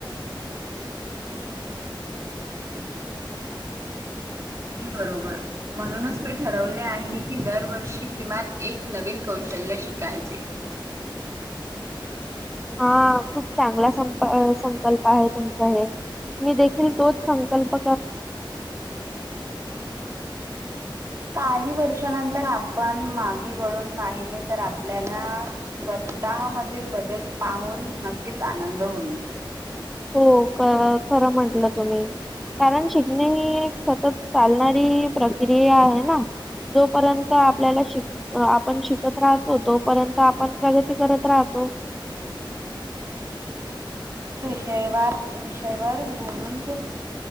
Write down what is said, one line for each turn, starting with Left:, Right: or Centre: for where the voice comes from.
Right: बरोबर. <unintelligible> बरोबर म्हणूनच मी ठरवले आहे की, दरवर्षी किमान एक नवीन कौ कौशल्य शिकायचे.
Centre: हा खूप चांगला संप संकल्प आहेत. तुमचं हे. मी देखील तोच संकल्प
Right: काही वर्षानंतर आपण मागे वळून पाहिले तर आपल्याला स्तःमधील बदल पाहून नक्कीच आनंद होईल.
Centre: हो खरं म्हंटलं तुम्ही. कारण शिकणे ही एक सतत चालणारी क्रिया आहे ना, जोपर्यंत आपल्याला शिक आपण शिक राहतों तो पर्यंत आपण प्रगती करत राहतो.
Right: व्यवहार विषयवर बोलून खूप